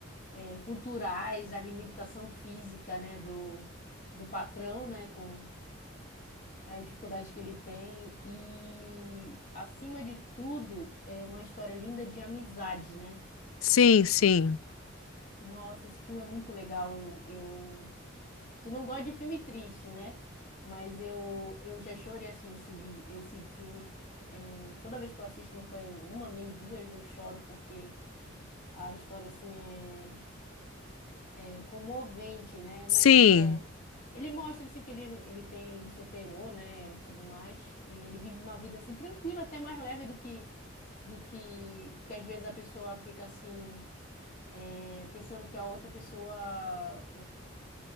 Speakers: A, on the left; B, on the left.
A: é, culturais, a limitação física, né, do, do patrão, né, com as dificuldades que ele tem e, acima de tudo, é uma história linda de amizade, né?
B: Sim, sim.
A: Nossa, esse filme é muito legal. Eu, eu Tu não gosta de filme triste, né? Mas eu, eu já chorei assim esse vídeo, esse filme. É, toda vez que eu assisto, não foi uma nem duas, eu choro porque a história assim é, é comovente, né?
B: Sim,
A: Mas é, ele mostra assim que ele, ele tem, ele superou, né? Tudo mais e ele vive uma vida assim tranquila, até mais leve do que do que porque às vezes a pessoa fica assim é, pensando que a outra pessoa